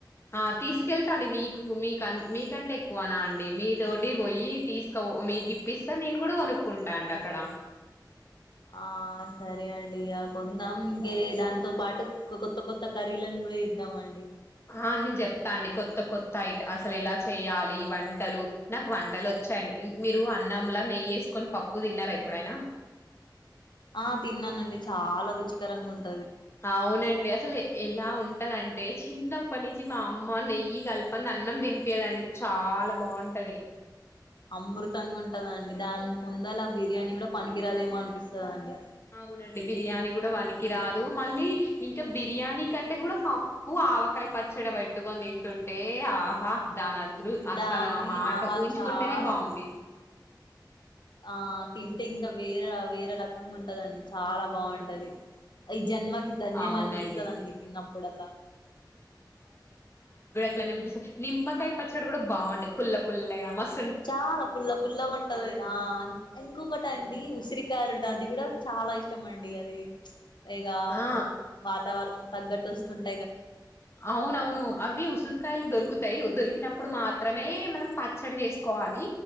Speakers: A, on the left; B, on the left.
A: ఆ తీసుకెళ్తాండి మీకు మీక మీకంటే ఎక్కువనా అండి మీ తోటి పోయి తీసుకో మీకు ఇప్పిస్త నేను కూడా కొనుక్కుంటా అండి అక్కడ
B: ఆ సరే అండి ఆ కొందాం ఇంకే దాంతో పాటు కొత్త కొత్త కర్రీలని కూడా చేద్దాం అండి
A: ఆ నేను చెప్తా అండి కొత్త కొత్త ఐ అసలు ఎలా చేయాలి వంటలు నాకు వంటలు వచ్చాయండి మీరు అన్నంలా నెయ్యి వేసుకొని పప్పు తిన్నారా ఎప్పుడైనా
B: ఆ తిన్నానండి చాలా రుచికరంగా ఉంటు
A: అవునండి అసలు ఎలా ఉంట్ ఉంటదంటే చిన్నప్పటి నుంచి మా అమ్మ నెయ్యి కలపంది అన్నం తినిపీయదండి చాలా బాగుంటది
B: అమృతంగా ఉంటందండి దాన్ని ముందల బిర్యానీ కూడా పనికిరాదేమో అనిపిస్తది అండి
A: అవునండి బిర్యానీ కూడా వనికిరాదు మళ్ళీ ఇంకా బిర్యానీ కంటే కూడా పప్పు ఆవకాయ పచ్చడి పెట్టుకొని తింటుంటే ఆహా దానద్రు అసలు
B: దాన్ని
A: ఆ మాట
B: ఆహా
A: ఊహించుకుంటేనే
B: చాలా
A: బాగుంది
B: ఆ తింటే ఇంకా వేరే వేరే రకంగా ఉంటదండి చాలా బాగుంటది ఈ జన్మకి ధన్యమనిపిస్తదండి
A: అవునండి
B: తిన్నప్పుడల్లా
A: ఇలా నిమ్మకాయ పచ్చడి కూడా బాగుంటది పుల్ల పుల్లగా మస్
B: చాలా పుల్ల పుల్ల ఉంటంది కదా ఇంకోపట అండి ఉసిరి కాలంట అది కూడా చాలా ఇష్టం అండి అది ఇగా
A: ఆ
B: వాతావరణం తగ్గటొస్తుంది
A: అవునవును అవి ఉసరి కాయల్ దొరుకు దొరికినప్పుడు మాత్రమే మనం పచ్చడి చేసుకోవాలి